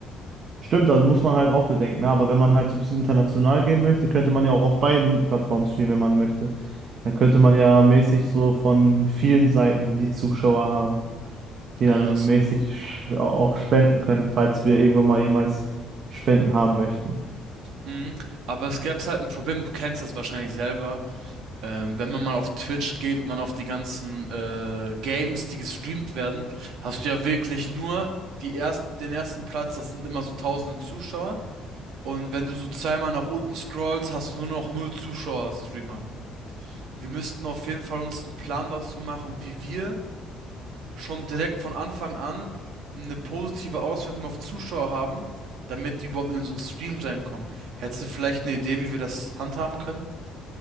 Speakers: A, on the right; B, on the right.
A: Stimmt, also muss man halt auch bedenken. ne? Aber wenn man halt so ein bisschen international gehen möchte, könnte man ja auch auf beiden Plattformen streamen, wenn man möchte. Dann könnte man ja mäßig so von vielen Seiten die Zuschauer haben, die
B: Ja,
A: dann
B: ist
A: mäßig
B: ein gut.
A: sch- auch spenden können, falls wir irgendwann mal jemals Spenden haben möchten.
B: Mhm. Aber es gäbe halt ein Problem, du kennst das wahrscheinlich selber, ähm, wenn man mal auf Twitch geht und dann auf die ganzen äh, Games, die gestreamt werden, hast du ja wirklich nur die ersten, den ersten Platz, das sind immer so tausende Zuschauer. Und wenn du so zweimal nach unten scrollst, hast du nur noch null Zuschauer-Streamer. Wir müssten auf jeden Fall uns einen Plan dazu machen, wie wir schon direkt von Anfang an eine positive Auswirkung auf Zuschauer haben, damit die überhaupt in so einen Stream reinkommen. Hättest du vielleicht eine Idee, wie wir das handhaben können?